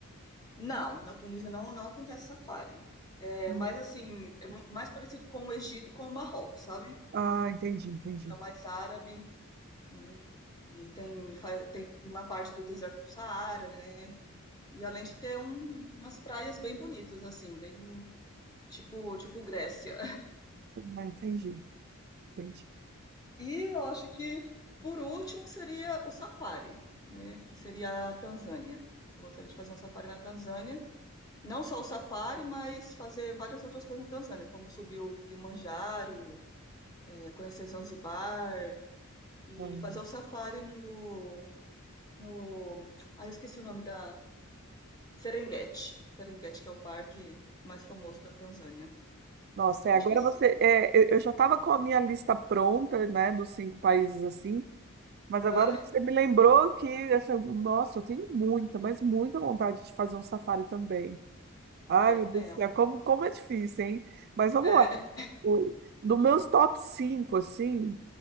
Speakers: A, on the left; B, on the right.
A: Não, na Tunísia não, não acontece safari. É
B: Hum.
A: mas assim, é mais parecido com o Egito e com o Marrocos, sabe?
B: Ah, entendi, entendi.
A: Para mais árabe, né? E tem, fa- tem uma parte do deserto do Saara, né? E além de ter um, umas praias bem bonitas, assim, bem tipo, tipo Grécia.
B: Ah, entendi, entendi.
A: E eu acho que, por último, seria o safari, né? Que seria a Tanzânia. Eu gostaria de fazer um safari na Tanzânia. Não só o safari, mas fazer várias outras coisas na Tanzânia, como subir o Kilimanjaro, eh, conhecer Zanzibar e
B: Hum.
A: fazer o safari no, no... Ah, eu esqueci o nome da... Serengeti. Serengeti, que é o parque mais famoso da Tanzânia.
B: Nossa, é,
A: Eu
B: agora
A: acho que esse
B: você.
A: seria...
B: é, eu eu já estava com a minha lista pronta, né, dos cinco países assim, mas agora
A: Ah,
B: você me lembrou que, assim, nossa, eu tenho muita, mas muita vontade de fazer um safari também. Ai,
A: ah, eu
B: meu Deus
A: tenho.
B: do céu, como, como é difícil, hein? Mas vamos
A: É,
B: lá. O, dos meus top 5, assim,